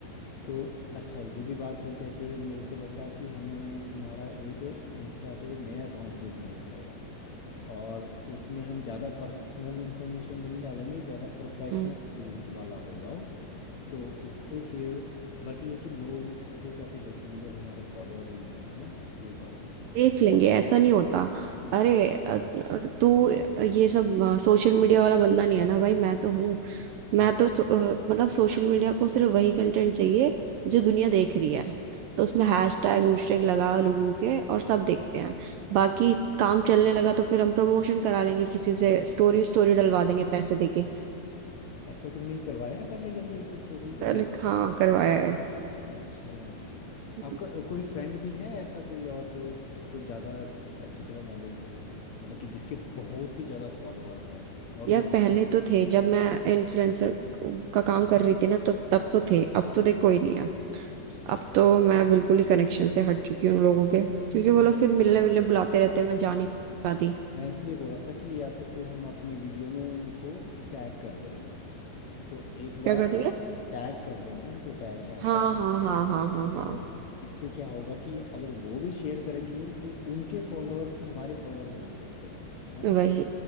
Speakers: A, on the left; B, on the right.
A: तो अच्छा ये भी बात ठीक है फिर मेरे को लगता कि हमें तुम्हारा एक इंस्टा पे नया अकाउंट भी बनाना पड़ेगा और उसमें हम ज़्यादा पर्सनल इन्फॉर्मेशन नहीं डालेंगे ज़्यादा प्रोफेशनल
B: हम्म
A: वाला होगा वो तो उससे फिर बट ये है कि लोग उसको कैसे देखेंगे जब हमारे फॉलोअर ही नहीं है है ना ये बात तो ठीक
B: देख
A: है
B: लेंगे ऐसा नहीं होता अरे अ- अ- तू ये सब अ, सोशल मीडिया वाला बंदा नहीं है ना भाई मैं तो हूँ
A: हाँ
B: मैं तो सो- अ, मतलब सोशल मीडिया को सिर्फ वही कंटेंट चाहिए जो दुनिया देख रही है तो उसमें हैशटैग हैशटैग लगा लोगों के और सब देखते हैं बाकी काम चलने लगा तो फिर हम प्रमोशन करा लेंगे किसी से स्टोरी स्टोरी डलवा देंगे पैसे देके
A: अच्छा तुमने ये करवाया है पहले कभी ऐसे स्टोरी
B: पहले
A: मतलब
B: हाँ करवाया
A: अच्छा
B: है
A: आपका अ, कोई फ्रेंड भी है ऐसा कोई और जो इस- जिसको ज़्यादा अच्छी अच्छी तरह नॉलेज हो मतलब कि जिसके बहुत ही ज़्यादा फॉलोअर हों और
B: यार
A: वो हमें
B: पहले तो थे जब मैं इन्फ्लुएंसर का काम कर रही थी ना तब तब तो थे अब तो देख कोई नहीं है अब तो मैं बिल्कुल ही कनेक्शन से हट चुकी हूँ उन लोगों के क्योंकि वो
A: मैं
B: लोग फिर मिलने मिलने बुलाते रहते हैं मैं जा नहीं
A: हाँ
B: पाती
A: मैं इसलिए बोल रहा था कि या तो फिर हम अपनी वीडियो में उनको टैग कर देंगे तो एक
B: क्या
A: बार
B: कर देंगे
A: टैग कर देंगे ना उनको टैग हैशटैग
B: हाँ हाँ
A: डाल
B: हाँ
A: के
B: हाँ हाँ
A: तो
B: हाँ
A: इससे क्या होगा कि अगर वो भी शेयर करेंगे तो उनके फॉलोअर्स हमारे फॉलोअर्स बन सकते हैं है ना।
B: वही